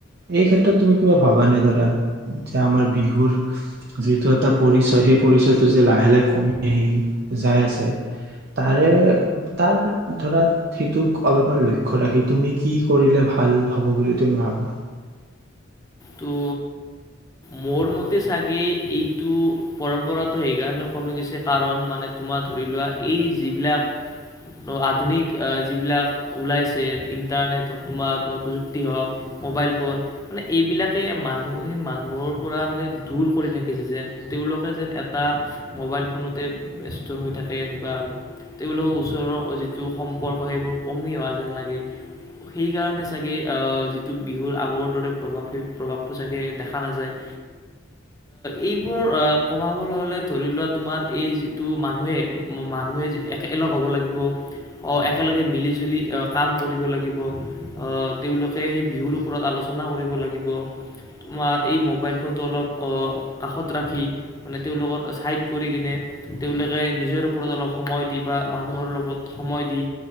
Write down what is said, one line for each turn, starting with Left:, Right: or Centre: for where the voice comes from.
Right: এই ক্ষেত্ৰত তুমি কিবা ভবা নে ধৰা যে আমাৰ বিহুৰ যিটো এটা পৰিচয় সেই পৰিচয়টো যে লাহে লাহে কমি আহি যাই আছে তাৰে তাৰ ধৰা সেইটোক অলপমান লক্ষ্য ৰাখি তুমি কি কৰিলে ভাল হ'ব বুলি তুমি ভাবা?
Left: তো মোৰ মতে চাগে এইটো পৰম্পৰাটো সেইকাৰণে কমি গৈছে কাৰণ মানে তোমাৰ ধৰি লোৱা এই যিবিলাক আধুনিক যিবিলাক ওলাইছে ইণ্টাৰনেট হওক তোমাৰ-তোমাৰ প্ৰযুক্তি হওক মোবাইল ফোন মানে এইবিলাকে মানুহে-মানুহৰ পৰা মানে দূৰ কৰি থাকিছে যেন তেওঁলোকে যেন এটা মোবাইল ফোনতে ব্যস্ত হৈ থাকে এনেকুৱা আৰু তেওঁলোকৰ ওচৰৰ যিটো সম্পৰ্ক সেইবোৰ কমি অহা যেন লাগে সেইকাৰণে চাগে যিটো বিহুৰ আগৰ দৰে প্ৰভাৱ সেই প্ৰভাৱটো চাগে দেখা নাযায়। এইবোৰ কমাব হ'লে ধৰি লোৱা তোমাৰ এই যিটো মানুহে মানুহে একেলগ হ'ব লাগিব একেলগে মিলি-জুলি কাম কৰিব লাগিব তেওঁলোকে সেই বিহুৰ ওপৰত আলোচনা কৰিব লাগিব তোমাৰ এই মোবাইল। ফোনটো অলপ কাষত ৰাখি মানে তেওঁলোকৰ ছাইড কৰি কিনে তেওঁলোকে নিজৰ ওপৰত অলপ সময় দি বা মানুহৰ লগত সময় দি